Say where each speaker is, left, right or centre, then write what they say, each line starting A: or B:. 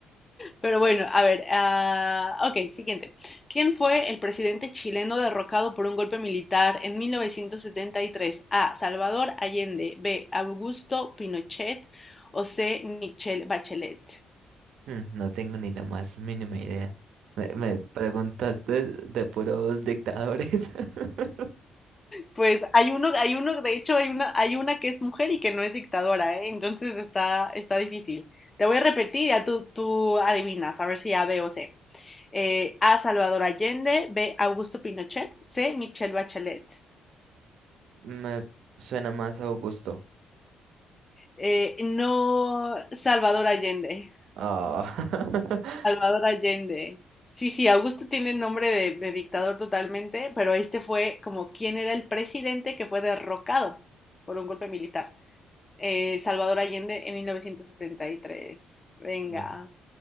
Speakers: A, on the left; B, on the right.
A: Pero bueno, a ver, ah, ok, siguiente. ¿Quién fue el presidente chileno derrocado por un golpe militar en 1973? A. Salvador Allende. B. Augusto Pinochet. O C. Michelle Bachelet.
B: Hmm, No tengo ni la más mínima idea. Me, me preguntaste de puros dictadores. <laughs>
A: Pues hay uno, hay uno, de hecho hay una, hay una que es mujer y que no es dictadora, ¿eh? Entonces está, está difícil. Te voy a repetir, ya tú, tú adivinas, a ver si A, B o C. Eh, A. Salvador Allende. B. Augusto Pinochet. C. Michelle Bachelet.
B: Me suena más a Augusto.
A: Eh, no Salvador Allende.
B: Ah. <laughs>
A: Salvador Allende. Sí, sí, Augusto tiene nombre de, de dictador totalmente, pero este fue como quien era el presidente que fue derrocado por un golpe militar. Eh, Salvador Allende en 1973. Venga.
B: Ah,